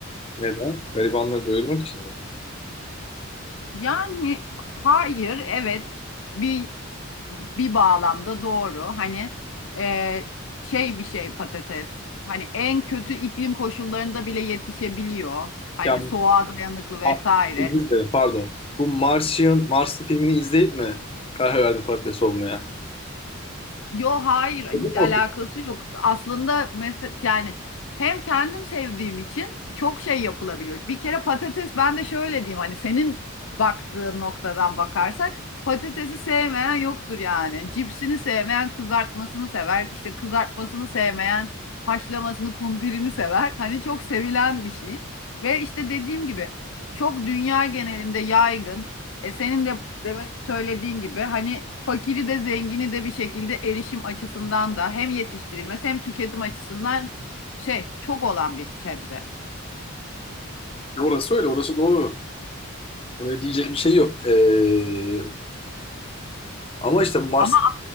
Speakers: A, on the left; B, on the left.
A: Neden? Garibanları doyurmak için. mi?
B: Yani hayır, evet bir bir bağlamda doğru. Hani e, şey bir şey patates. Hani en kötü iklim koşullarında bile yetişebiliyor. Hani
A: Yani
B: soğuğa dayanıklı vesaire.
A: a- özür dilerim pardon. Bu Martian, Marslı filmini izleyip mi karar verdin patates olmaya?
B: Yo hayır
A: Dedim
B: hiç
A: mi o
B: alakası
A: filmi?
B: yoktu. Aslında mesela yani hem kendim sevdiğim için çok şey yapılabiliyor. Bir kere patates ben de şöyle diyeyim hani senin baktığın noktadan bakarsak patatesi sevmeyen yoktur yani. Cipsini sevmeyen kızartmasını sever. İşte kızartmasını sevmeyen haşlamasını kumpirini sever. Hani çok sevilen bir şey. Ve işte dediğim gibi çok dünya genelinde yaygın. E senin de demin söylediğin gibi hani fakiri de zengini de bir şekilde erişim açısından da hem yetiştirilmesi hem tüketim açısından şey çok olan bir sebze.
A: Orası öyle, orası doğru. Oraya diyecek bir şey yok. Ee, ama işte Mars
B: Ama